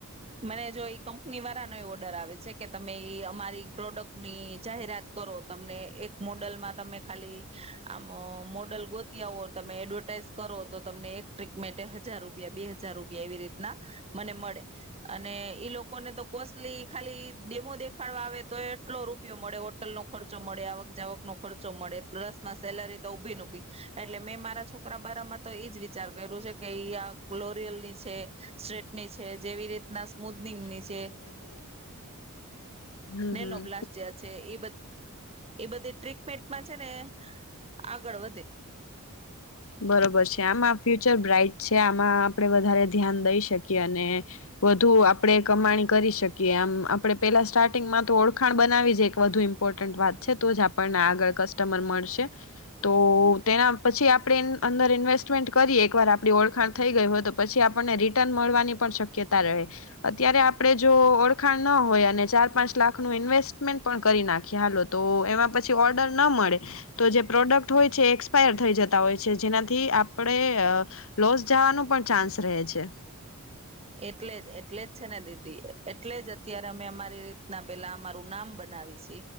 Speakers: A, on the right; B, on the left.
A: મને જો કંપની વાળાનો એ ઓર્ડર આવે છે કે તમે અમારી પ્રોડક્ટ ની જાહેરાત કરો તમને એક મોડલમાં તમે ખાલી આમ મોડલ ગોતી આવો તમે એડવર્ટાઈઝ કરો તો તમને એક ટ્રીકમેન્ટ હજાર રૂપિયા બે હજાર રૂપિયા એવી રીતના મને મળે અને ઈ લોકો ને તો કોસ્ટલી ખાલી ડેમો દેખાડવા આવે તો એટલો રૂપિયો મળે હોટલ નો ખર્ચો મળે આવક જાવક નો ખર્ચો મળે રસ માં સેલરી તો ઉભીને ઉભી એટલે મેં મારા છોકરા બરાામાં તો એઈજ વિચાર કર્યું છે કે આ ગ્લોરિયલ ની છે સ્ટ્રીટની છે જેવી રીતના મુદનીમ છે.
B: હમ
A: નેનો
B: હમ
A: પ્લાસ્ટ છે બધી ટ્રીટમેન્ટમાં છે ને આગળ વધી
B: બરોબર છે આમ ફ્યુચર બ્રાાઈટ છે આમાં આપણે વધારે ધ્યાન દઈ શકીએ અને વધુ આપણે કમાણી કરી શકીએ આમ આપણે પેલા સ્ટાર્ટિંગમાં તો ઓળખાણ બનાવી જ એક વધુ ઇમ્પોર્ટન્ટ વાત છે તો જ આપણને આગળ કસ્ટમર મળશે તો તેના પછી આપણે અંદર ઇન્વેસ્ટમેન્ટ કરીએ એકવાર આપણી ઓળખાણ થઈ ગઈ હોય તો પછી આપણને રિટર્ન મળવાની પણ શક્યતા રહે અત્યારે આપણે જો ઓળખાણ ન હોય અને ચાર પાંચ લાખનું ઇન્વેસ્ટમેન્ટ પણ કરી નાખીએ હાલો તો એમાં પછી ઓર્ડર ન મળે તો જે પ્રોડક્ટ હોય છે એ પાયર થઈ જતા હોય છે જેનાથી આપડણે લોસ જવાનો પણ ચાન્સ રહે છે.
A: એટલે જ એટલે જ છે ને દીદી એટલે જ અત્યારે અમે અમારી રીતના પેલા અમારું નામ બનાવી